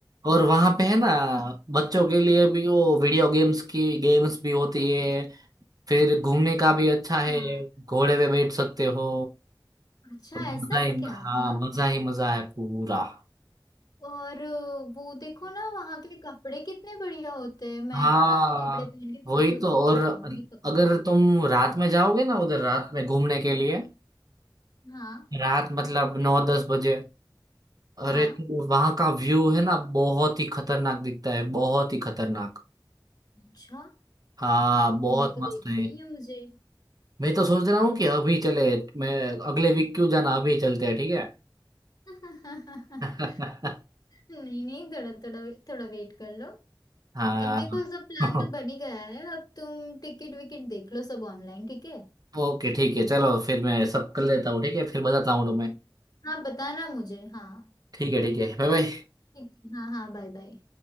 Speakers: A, on the right; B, on the left.
A: और वहां पे है ना
B: हाँ
A: बच्चों के लिए भी वो वीडियो गेम्स की गेम्स भी होती है फिर घूमने का भी अच्छा
B: हाँ
A: है घोड़े पे बैठ सकते हो
B: अच्छा
A: मजा
B: ऐसा
A: ही
B: है क्या
A: हाँ
B: हाँ
A: मजा ही मजा है पूरा
B: और अ, वो देखो ना वहाँ के कपड़े कितने बढ़िया होते हैं मैं
A: हाँ
B: तो ना वो कपड़े पहन के
A: वही
B: फोटोज
A: तो
B: बुक
A: और
B: खिंचवाऊंगी पक्का
A: अगर तुम रात में जाओगे ना उधर रात में घूमने के लिए
B: हाँ
A: रात मतलब नौ दस बजे
B: हाँ
A: अरे तो वहां का व्यू है ना बहुत ही खतरनाक दिखता है बहुत ही खतरनाक
B: अच्छा
A: हाँ बहुत
B: ये तो
A: मस्त
B: देखना
A: है
B: ही है मुझे
A: मैं तो सोच रहा हूँ कि अभी चले मैं अगले वीक क्यों जाना अभी चलते हैं ठीक है
B: <laughs>
A: <laughs>
B: नहीं नहीं थोड़ा थोड़ा थोड़ा वेट कर लो
A: हाँ
B: अब देखो सब प्लान
A: <laughs>
B: तो बन ही गया है अब तुम टिकट विकेट देख लो सब ऑनलाइन ठीक है
A: ओके ठीक है चलो फिर मैं सब कर लेता हूँ ठीक है फिर बताता हूँ तुम्हें
B: हाँ बताना मुझे हाँ
A: ठीक है ठीक है बाय बाय
B: ठीक है, हाँ हाँ बाय बाय